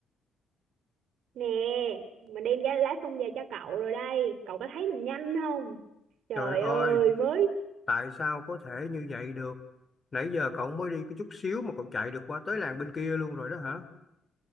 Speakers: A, on the right; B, on the left.
A: nè mình đem ra lá tung về cho cậu rồi đây cậu có thấy mình nhanh không Trời
B: trời ơi.
A: ơi mới
B: Tại sao có thể như vậy được? Nãy giờ cậu mới đi cái chút xíu mà cậu chạy được qua tới làng bên kia luôn rồi đó hả?